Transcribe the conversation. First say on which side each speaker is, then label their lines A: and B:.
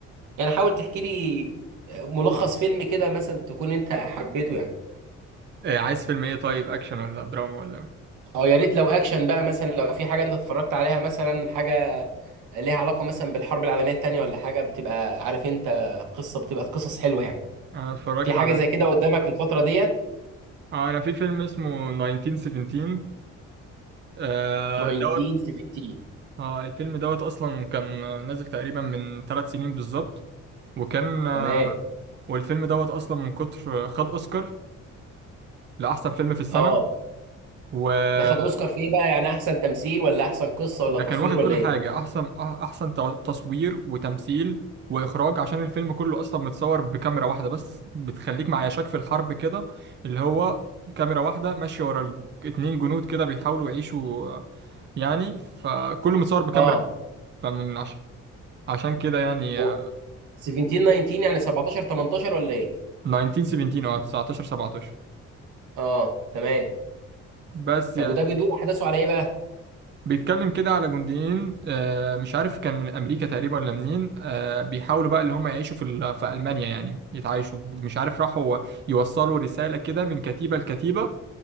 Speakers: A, on the right; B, on the right.
A: يعني حاول تحكي لي ملخص فيلم كده مثلا تكون انت حبيته يعني
B: آه، عايز فيلم ايه طيب اكشن ولا دراما ولا إيه؟
A: اه يا ريت لو اكشن بقى مثلا لو في حاجه انت اتفرجت عليها مثلا حاجه ليها علاقه مثلا بالحرب العالميه التانيه ولا حاجه بتبقى عارف انت قصه بتبقى قصص حلوه يعني
B: انا اتفرجت
A: في حاجه
B: على
A: زي كده قدامك الفتره ديت
B: آه، انا في فيلم اسمه 1917 آه،
A: 1917
B: دوت اه الفيلم دوت اصلا كان نازل تقريبا من ثلاث سنين بالظبط وكان آه،
A: تمام
B: والفيلم دوت اصلا من كتر آه، خد اوسكار لاحسن فيلم في السنه
A: اه
B: وده
A: ده خد اوسكار في ايه بقى يعني احسن تمثيل ولا احسن قصه ولا
B: كان
A: تصوير
B: واخد
A: ولا
B: كل
A: ايه
B: حاجه احسن احسن ت- تصوير وتمثيل واخراج عشان الفيلم كله اصلا متصور بكاميرا واحده بس بتخليك مع يشاك في الحرب كده اللي هو كاميرا واحده ماشيه ورا ال- اتنين جنود كده بيحاولوا يعيشوا آه، يعني فكله متصور بكاميرا
A: اه
B: فمن عش- عشان كده يعني
A: هو
B: آه،
A: 17 19 يعني 17 18 ولا ايه
B: 1917 اه 19 17
A: اه تمام
B: بس
A: طب
B: يعني
A: وده بيدور احداثه على ايه بقى
B: بيتكلم كده على جنديين آه، مش عارف كان من امريكا تقريبا ولا منين آه، بيحاولوا بقى اللي هم يعيشوا في ال- في المانيا يعني يتعايشوا مش عارف راحوا يوصلوا رساله كده من كتيبه لكتيبه